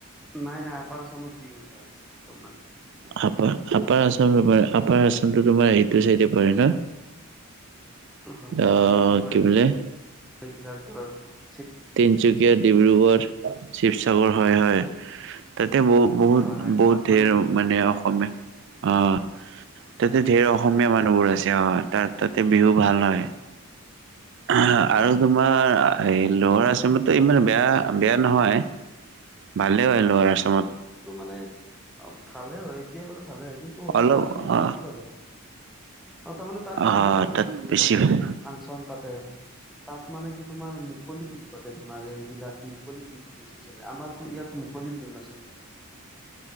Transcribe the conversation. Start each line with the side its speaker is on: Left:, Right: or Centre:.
Centre: নাই নাই আপাৰ আচামত বিহু ভাল তোমাৰ
Right: আপা আপাৰ আসামটো তোমাৰ আটো তোমাৰ এইটো চাইডে পৰে ন?
Centre: হয়
Right: আহ
Centre: হয় এই তোমাৰ
Right: কি বুলে?
Centre: <unintelligible>
Right: তিনিচুকীয়া, ডিব্ৰুগড়, শিৱসাগৰ হয় হয়। তাতে বহ বহুত
Centre: হয়
Right: বহুত
Centre: তাত
Right: ধেৰ
Centre: মানে বি
Right: মানে অসমে অ, তাতে ঢেৰ অসমীয়া মানুহবোৰ আছে, অ তাত তাতে বিহু ভাল হয়। আহ আৰু তোমাৰ এই লৱাৰ
Centre: হেল্ল'
Right: আসামতো ইমান বেয়া আ বেয়া নহয় ভালেই হয় লৱাৰচ
Centre: টো মানে অ ভালে হয় এতিয়া বাৰু ভালে হয় কিন্তু হ'লেও
Right: অলপ
Centre: তাত মানে
Right: অ
Centre: বেছি ভাল হয়। আৰু তাৰমানে তাত
Right: অ
Centre: আমাৰ ইয়াত
Right: তাত
Centre: বিহুৱে
Right: বেছি
Centre: পাতে,
Right: হয়
Centre: তোমাৰ ফাংচন পাতে। তাত মানে কি তোমাৰ মুকলি বিহু পাতে তোমাৰ এইবিলাক মুকলি বিহুটো বেছি চলে আমাৰ ত ইয়াত মুকলি নচলে।